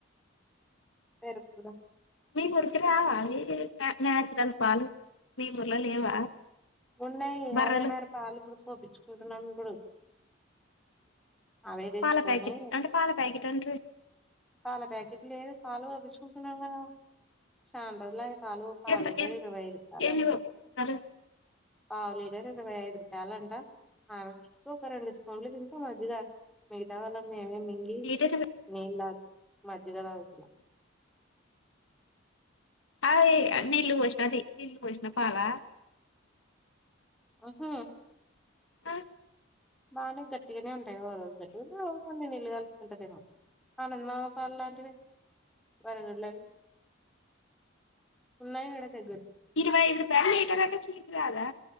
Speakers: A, in the centre; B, on the left.
A: పెరుగులా
B: మీ ఊరికి రావాలి న నాచురల్ పాలు మీ ఊర్ల లేవా
A: ఉన్నాయి
B: బర్రెలు
A: అవే మరి పాలిప్పుడు పోపిచుకుంటున్నం ఇప్పుడు అవే తెచ్చుకొని
B: పాల ప్యాకెట్ అంటే పాల ప్యాకెట్ అంటే
A: పాల ప్యాకెట్లు లేదు పాలు పోపిచ్ చూకుంటున్నం కదా పాలు పావు
B: ఎంత
A: లీటర్
B: ఎన్
A: ఇరవై ఐదు పాలు
B: ఎన్ని
A: అన్నా
B: పంపిస్తున్నారు
A: పావు లీటర్ ఇరవై ఐదు రూపాయలు అంట ఆమె ఒక రెండు స్పున్లు తింటా మజ్జిగ మిగతా వాళ్ళ మెమే మింగి
B: లీటర్
A: నీళ్ తా మజ్జిగ తాగుతున్నం
B: అయి నీళ్లు పోషనది నీళ్లు పోషిన పాలా
A: ఉ హు
B: ఆ
A: బానే గట్టిగనే ఉంటయ్ ఓరోజు గట్టిగ ఉంటే కొన్ని నిల్లగా ఉంటదేమో వాళ్ళవి ఆవుపాలు లాంటివే బర్రెగోడ్లు ఉన్నాయ ఎడ తెగ
B: ఇరవై ఐదు రూపాయ లీటర్ అంటే చీపు కాదా